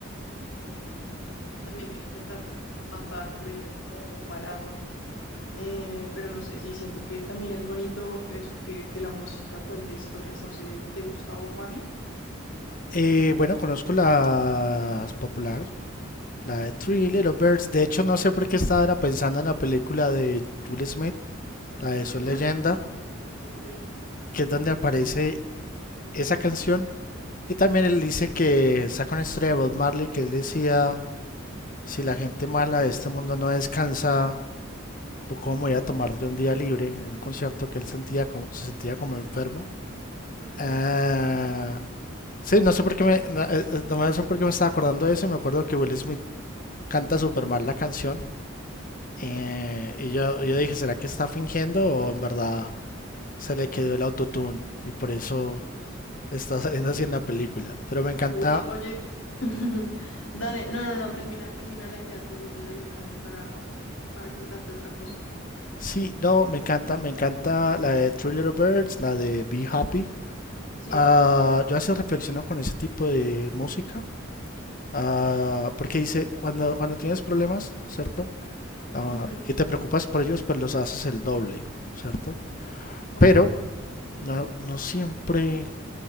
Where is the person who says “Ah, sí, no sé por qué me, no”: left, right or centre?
Left